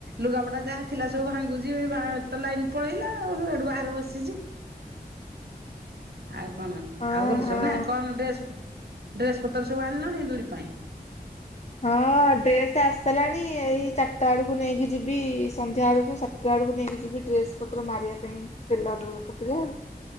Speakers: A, on the right; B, on the left.
A: ଲୁଗାପଡା ଯାହା ଥିଲା ସବୁ ଭାଙ୍ଗୁଛି ତ ଲାଇନ ପଳେଇଲା ଆଉ ହେଡୁ ବାହାରେ ବସିଛି। ଆଉ କଣ
B: ହଁ
A: ଆଉ ଭଲ
B: ହଁ।
A: ସବୁ ନା କଣ ଡ୍ରେସ୍ ଡ୍ରେସ ପତ୍ର ସବୁ ଆଣିଲଣି ଦୂୁଳି ପାଇଁ
B: ହଁ ଡ୍ରେସ୍ ଆସିିଲାଣି ଏଇ ଚାରିଟା ବେଳକୁ ନେଇକି ଯିବି ସନ୍ଧ୍ୟା ବେଳକୁ ସାତ ଆ ଆଡ଼କୁ ନେଇକି ଯିବି ଡ୍ରେସ୍ ପତ୍ର ମାରିବା ପାଇଁ ଟେଲର୍ର ରଖଥିଲ ଜା